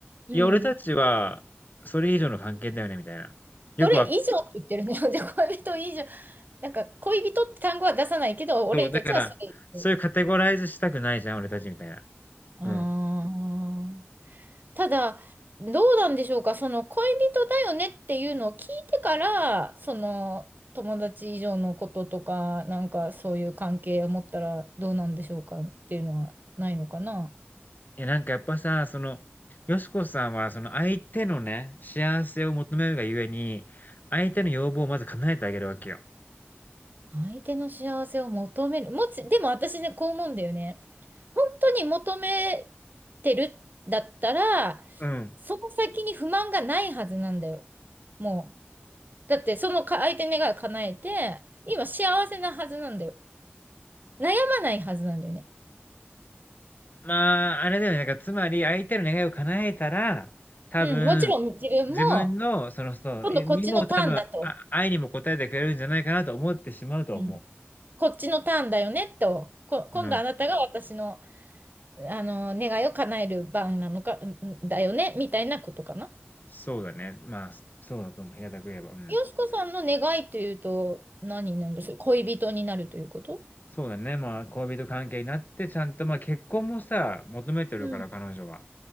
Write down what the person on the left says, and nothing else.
いや、俺たちは、それ以上の関係だよね、みたいな。よくは、
そう、だから、そういうカテゴライズしたくないじゃん、俺たちみたいな。
うん。
いや、なんかやっぱさ、その、よしこさんは、その相手のね、幸せを求めるがゆえに、相手の要望をまず叶えてあげるわけよ。
うん。
まあ、あれだよね。なんか、つまり、相手の願いを叶えたら、多分、
自分の、その、そう、
えにも多分、あ、愛にも応えてくれるんじゃないかなと思ってしまうと思
う。うん。
そうだね。まあ、そうだと思う。平たく言えば。うん。
そうだね。まあ、恋人関係になって、ちゃんと、まあ、結婚もさ、求めてるから、
彼女は。